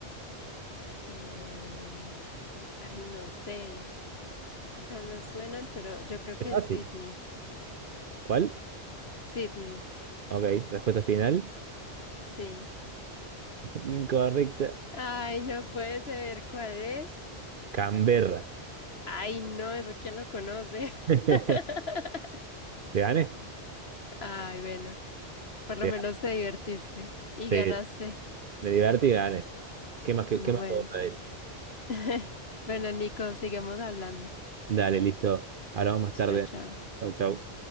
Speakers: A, on the left; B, on the right.
A: Eh, ay, no sé. O sea, me suenan, pero yo creo
B: Es
A: que
B: fácil.
A: es Sydney.
B: ¿Cuál?
A: Sydney,
B: Ok, respuesta final.
A: sí.
B: Incorrecta.
A: Ay, no puede ser. ¿Cuál es?
B: Canberra.
A: Ay, no, eso quién lo conoce.
B: <laughs> ¿Te
A: <laughs>
B: gané?
A: Ay, bueno, por lo
B: Te
A: menos
B: gané.
A: te divertiste y
B: Sí,
A: ganaste.
B: me divertí y gané. ¿Qué más, qué,
A: Bueno.
B: qué más puedo pedir?
A: <laughs> Bueno, Nico, sigamos hablando.
B: Dale, listo. Hablamos más
A: Chao,
B: tarde.
A: chao.
B: Chau, chau.